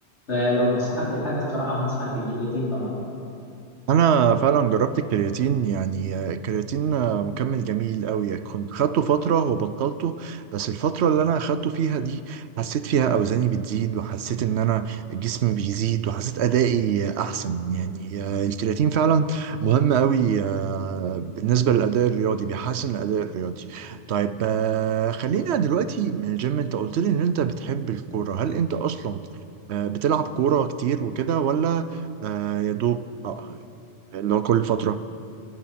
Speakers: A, on the left (about 75°); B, on the right (about 70°).
A: فلو هنصحك بحاجة الصراحة هنصحك بالكرياتين طبعا
B: انا فعلا جربت الكرياتين يعني الكرياتين مكمل جميل قوي كنت خدته فتره وبطلته بس الفتره اللي انا خدته فيها دي حسيت فيها اوزاني بتزيد وحسيت ان انا جسمي بيزيد وحسيت ادائي احسن يعني الكرياتين فعلا مهم قوي آه، بالنسبه للاداء الرياضي بيحسن الاداء الرياضي طيب آه، خلينا دلوقتي من الجيم انت قلت لي ان انت بتحب الكوره هل انت اصلا آه، بتلعب كوره كتير وكده ولا آه، يا دوب آه، ان هو كل فترة